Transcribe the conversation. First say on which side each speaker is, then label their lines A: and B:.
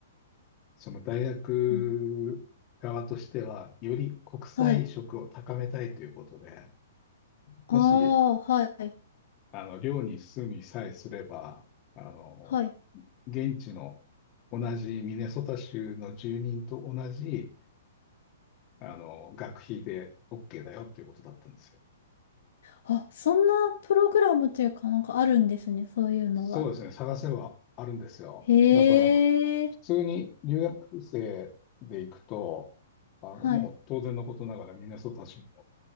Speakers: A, on the left (about 35°); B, on the left (about 65°).
A: その大学側としては、
B: うん
A: より国際色を高めたいということで、
B: はい。ああ、
A: もし、
B: はい、
A: あの、寮に住みさえすれば、あの、
B: はい。
A: 現地の同じミネソタ州の住人と同じ、あの、学費で OK だよっていうことだったんですよ。
B: あ、そんなプログラムというかなんかあるんですね、そういうのは。
A: そうですね、探せばあるんですよ。
B: へえ、
A: だから、普通に留学生で行くと、あの、
B: はい。
A: もう当然のことながらミネソタ州